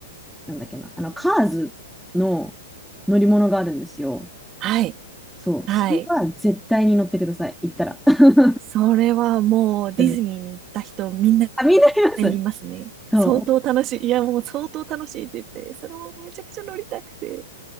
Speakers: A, in the centre; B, on the right (about 30°).
A: なんだっけな、あの、カーズの乗り物があるんですよ。
B: はい。
A: そう、
B: はい。
A: それは絶対に乗ってください、行ったら。<laughs>
B: それはもうディズニーに行った人みんな
A: うん。あ、みんなります。
B: 言いますね。
A: そう、
B: 相当楽しい。いや、もう相当楽しいって言って、それもめちゃくちゃ乗りたくて。